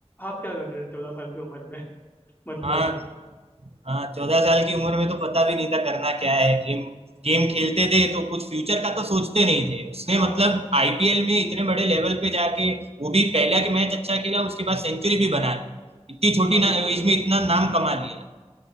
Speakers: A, on the left; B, on the right.
A: आप क्या कर रहे थे चौदह साल की उम्र में <laughs> मतलब
B: हाँ हाँ चौदह साल की उम्र में तो पता भी नहीं था करना क्या है गेम गेम खेलते
A: हम्म,
B: थे तो कुछ फ्यूचर का तो सोचते नहीं थे उसने
A: हाँ
B: मतलब
A: मतलब
B: आईपीएल में इतने बड़े लेवल पे जाके वो भी पहला के मैच अच्छा खेला उसके बाद सेंचुरी भी बना ली इतनी छोटी
A: हाँ बिल्कुल
B: ना एज में इतना नाम कमा लिया